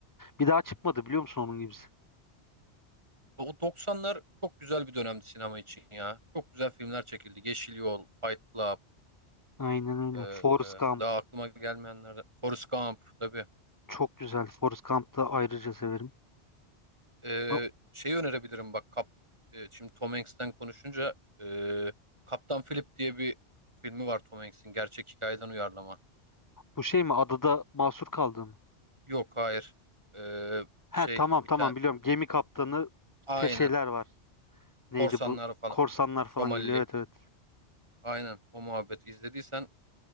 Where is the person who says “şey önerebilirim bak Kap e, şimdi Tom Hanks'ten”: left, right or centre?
Right